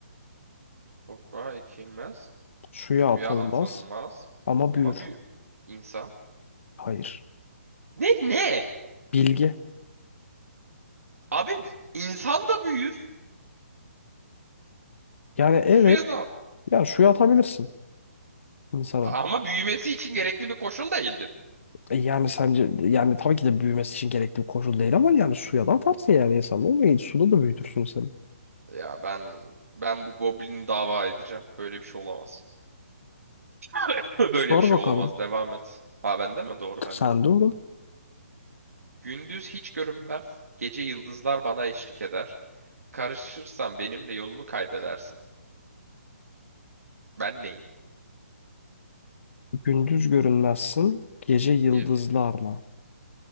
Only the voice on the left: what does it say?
Suya
atılmaz
ama
büyür.
Hayır.
Bilgi.
Yani evet.
Ya suya atabilirsin insana.
E yani sence yani tabii ki de büyümesi için gerekli bir koşul değil ama yani suya da atarsın yani insan. Olmayı suda da büyütürsün seni.
Sor
bakalım.
Sen de oğlum.
Gündüz görünmezsin. Gece yıldızlarla.